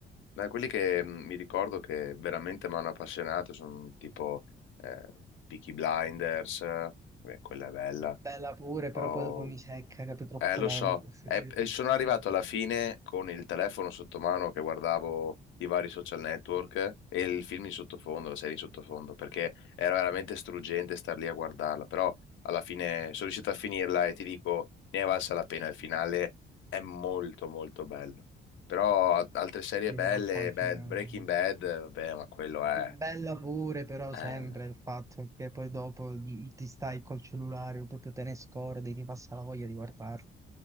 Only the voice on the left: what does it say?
Da quelli che mm, mi ricordo che veramente mi hanno appassionato sono tipo eh, Peaky Blinders, eh, beh, quella è bella,
o
Eh, lo
so,
Eh,
e sono arrivato
alla fine con il telefono sotto mano che guardavo i vari social network e il film in sottofondo, la serie in sottofondo, perché era veramente struggente star lì a guardarla, però alla fine sono riuscito a finirla e ti dico, ne è valsa la pena, il finale è molto molto bello. Però a- altre serie
belle,
beh,
Breaking Bad, vabbè, ma quello è...
eh,